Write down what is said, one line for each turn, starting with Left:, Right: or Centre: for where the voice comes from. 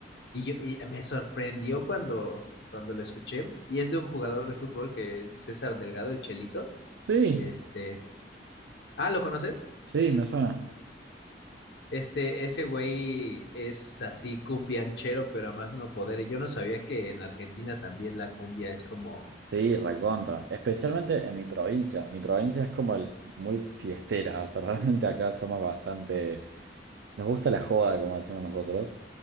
Left: Y, yo, y me sorprendió cuando, cuando lo escuché. Y es de un jugador de fútbol que es César Delgado, el Chelito.
Right: Sí,
Left: Este. Ah, ¿lo conoces?
Right: sí, me suena.
Left: Este, ese güey es así cumbianchero, pero a más no poder. Y yo no sabía que en Argentina también la cumbia es como.
Right: Sí, recontra, especialmente en mi provincia, mi provincia es como el, muy fiestera, o sea, <laughs> realmente acá somos bastante, nos gusta la joda, como decimos nosotros.